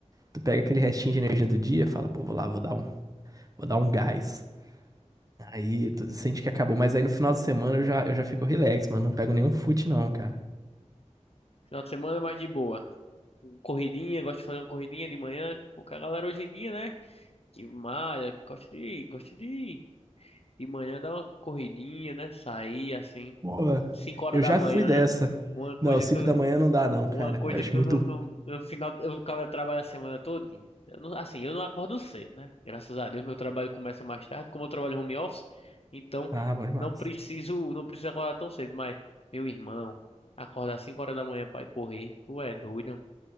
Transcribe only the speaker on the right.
Tu pega aquele restinho de energia do dia, fala, pô, vou lá, vou dar um, vou dar um gás. Aí tu sente que acabou, mas aí no final de semana eu já, eu já fico relax, mano, não pego nenhum fute não, cara.
Pô,
eu
já
fui dessa.
Não, 5
da manhã não dá não,
cara.
Eu acho
muito...
Ah, bom demais.